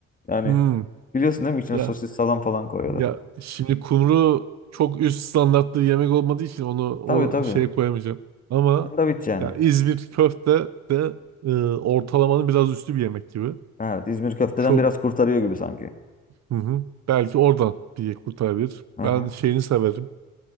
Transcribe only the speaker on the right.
Hı.
Ya
ya şimdi kumru çok üst standartlı yemek olmadığı için onu o
şeye koyamayacağım. Ama
ya İzmir köfte de e, ortalamanın biraz üstü bir yemek gibi.
Çok
hı hı. Belki oradan diye kurtarabilir.
Ben şeyini severim.